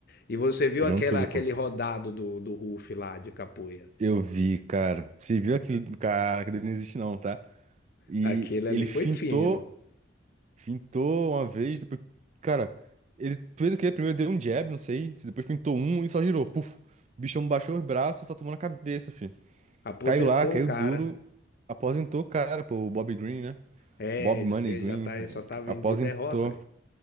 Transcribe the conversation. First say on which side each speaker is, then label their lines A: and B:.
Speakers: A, on the left (about 50°); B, on the right (about 35°).
A: E você viu
B: Treinando
A: aquela,
B: tudo,
A: aquele
B: pô.
A: rodado do, do Ruf lá de capoeira.
B: Eu vi, cara. Você viu aquele cara que dele não existe, não, tá? E
A: Aquele ali
B: ele
A: foi
B: fintou.
A: fino.
B: Fintou uma vez, depois. Cara, ele fez o quê? Primeiro deu um jab, não sei. Depois fintou um e só girou. Puf. O bichão baixou os braços e só tomou na cabeça, filho.
A: Aposentou
B: Caiu lá, caiu
A: o cara.
B: duro. Aposentou, o cara, pô. O Bob Green, né?
A: É,
B: Bob
A: disse
B: Money
A: que
B: Green.
A: já tá, só tá vindo
B: Aposentou.
A: de derrota. é.